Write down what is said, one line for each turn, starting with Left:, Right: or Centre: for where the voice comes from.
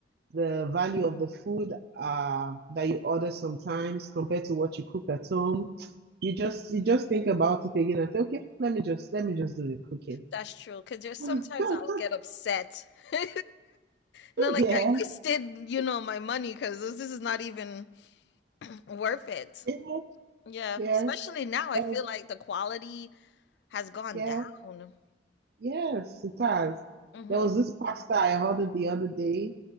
Right: the value of the food uh, that you order sometimes compared to what you cook at home, you just you just think about it again and say, okay, let me just let me just do the cooking.
Left: that's true because there's sometimes
Right: <laughs>
Left: i'll get upset <laughs> and i'm like
Right: Yeah,
Left: i wasted you know my money because this, this is not even worth it
Right: yeah,
Left: yeah
Right: yes.
Left: especially now i
Right: Um,
Left: feel like the quality has gone
Right: yeah.
Left: down
Right: Yes, it has.
Left: hmm
Right: There was this pasta I ordered the other day,